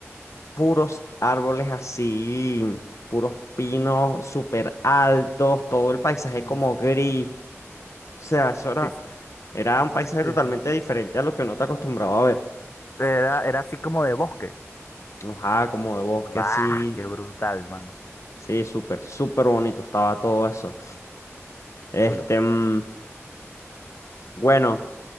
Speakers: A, on the left (about 75°); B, on the left (about 50°).
A: puros árboles así, puros pinos súper altos, todo el paisaje
B: Uf,
A: como gris. O sea, eso era
B: Sí,
A: Era un paisaje
B: sí,
A: totalmente
B: sí.
A: diferente a lo que uno está acostumbrado a ver.
B: Era, era así como de bosque.
A: Ajá, como de bosque
B: Bah,
A: así.
B: qué brutal, mano.
A: Sí, súper, súper bonito estaba todo eso. Este,
B: Chulo.
A: mm, bueno,